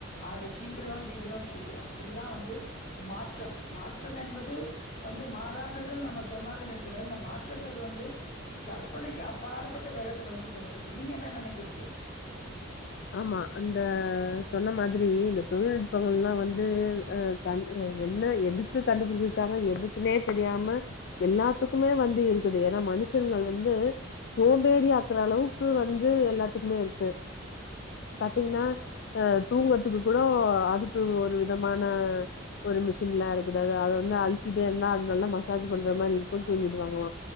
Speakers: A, on the left; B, on the left.
A: ஆக சீக்கிரோ சீக்கிரோ சீக்கிரோ இதுதா வந்து மாற்றம் மாற்றம் என்பது வந்து மாறாததுன் நம்ம சொன்னாலுமே கூட இந்த மாற்றங்கறது வந்து கற்பனைக்கு அப்பாற்பட்ட வேகத்துல வந்து போயிட்ருக்கு நீங்க என்ன நெனைக்கிறீங்க
B: ஆமா இந்த சொன்ன மாதிரி இந்த தொழில்நுட்பங்களல்லா வந்து அ கன் என்ன எதுக்கு கண்டுபிடிச்ச க்காங்க எதுக்குனே தெரியாம எல்லாத்துக்குமே வந்து இருக்குது ஏனா மனுஷன்கள் வந்து சோம்பேறி ஆக்குற அளவுக்கு வந்து எல்லாத்துக்குமே இருக்கு பாத்தீங்ன்னா அ தூங்கத்துக்கு கூடோ அதுக்கு ஒரு விதமான ஒரு மிஷின்லா இருக்குது அது அத வந்து அழுத்திட்டே இருந்தா அது நல்லா மசாஜி பண்ற மாரி இருக்கு தூங்கி வாங்களா